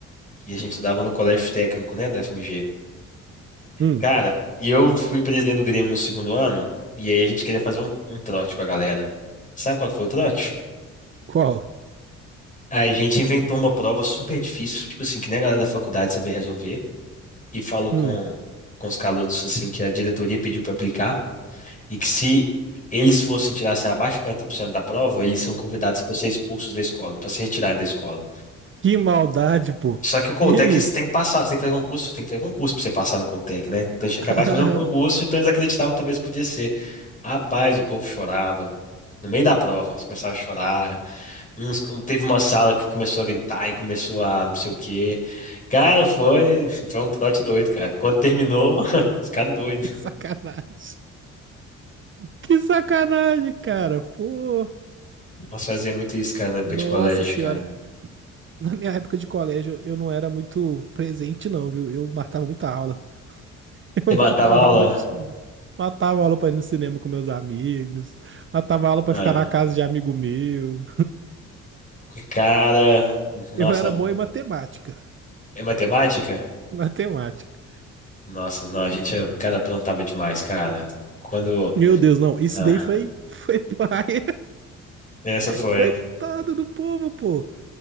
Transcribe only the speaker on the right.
hum,
qual?
Hum,
que maldade, pô.
E aí?
<laughs>
Que sacanagem. Que sacanagem, cara. Pô,
nossa
senhora.
Na minha época de colégio, eu não era muito presente, não, viu? Eu matava muita aula. <laughs>
Eu
matava
aula de... Matava aula pra ir no cinema com meus amigos. Matava aula pra
ficar na casa de amigo meu.
Eu era bom em matemática.
Matemática.
Meu Deus, não. Isso
daí foi, foi paia.
<laughs>
Coitado do povo, pô.